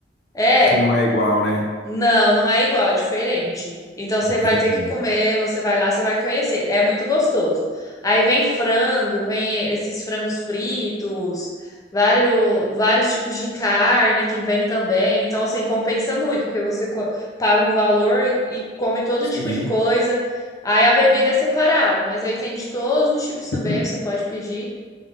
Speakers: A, on the left; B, on the left.
A: É.
B: Acho que não é igual, né?
A: Não, não é igual, é diferente. Então você
B: Entendi.
A: vai ter que comer, você vai lá, você vai conhecer. É muito gostoso. Aí vem frango, vem esses frangos fritos, vários, vários tipos de carne que vem também. Então, assim, compensa muito, porque você co- paga um valor e e come todo
B: Sim.
A: tipo de coisa. Aí a bebida é separado, mas aí tem de todos os tipos também,
B: Hum.
A: você pode pedir.